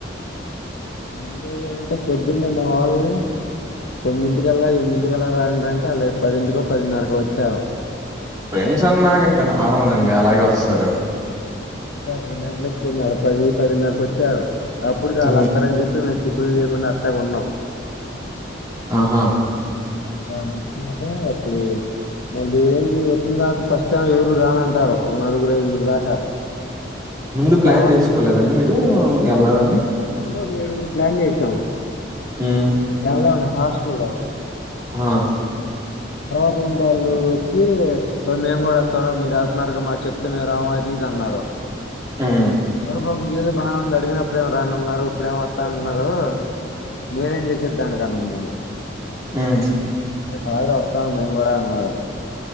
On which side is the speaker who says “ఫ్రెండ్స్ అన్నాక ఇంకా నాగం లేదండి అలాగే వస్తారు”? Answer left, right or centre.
Right